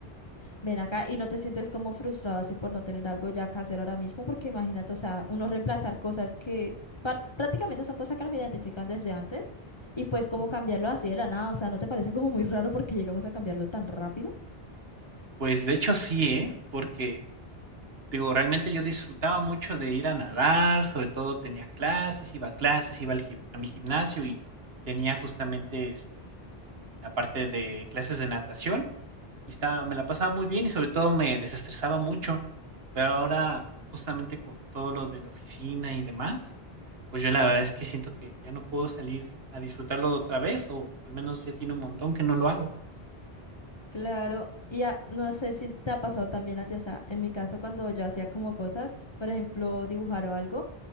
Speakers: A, on the left; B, on the right.
A: Ven acá y no te sientes como frustrado así por no tener algo ya que hacer ahora mismo, porque imagínate, o sea, uno reemplazar cosas que part- prácticamente son cosas que nos identifican desde antes y pues como
B: Ujú.
A: cambiarlo así de la nada, o sea, ¿no te parece como muy raro porque llegamos a cambiarlo tan rápido?
B: Pues de hecho sí, ¿eh? Porque Digo, realmente yo disfrutaba mucho de ir a nadar, sobre todo tenía clases, iba a clases, iba al gim- a mi gimnasio y tenía justamente este, la parte de clases de natación y estaba, me la pasaba muy bien y sobre todo me desestresaba mucho. Pero ahora, justamente con todo lo de la oficina y demás, pues yo la verdad es que siento que ya no puedo salir a disfrutarlo otra vez o al menos ya tiene un montón que no lo hago.
A: Claro, y ya, no sé si te ha pasado también a ti, o sea, en mi caso cuando yo hacía como cosas, por ejemplo, dibujar o algo.